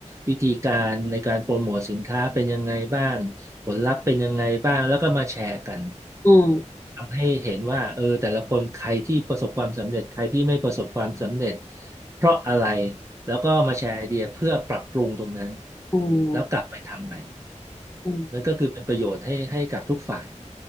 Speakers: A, on the right (about 25°); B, on the left (about 15°).
A: วิธีการในการโปรโมทสินค้าเป็นยังไงบ้าง ผลลัพธ์เป็นยังไงบ้างแล้วก็มาแชร์กัน
B: อืม
A: ทำให้เห็นว่าเออแต่ละคนใครที่ประสบความสำเร็จใครที่ไม่ประสบความสำเร็จเพราะอะไรแล้วก็มาแชร์ไอเดียเพื่อปรับปรุงตรงนั้น
B: อืม
A: แล้วกลับไปทำใหม่
B: อืม
A: มันก็คือเป็นประโยชน์ให้ให้กับทุกฝ่าย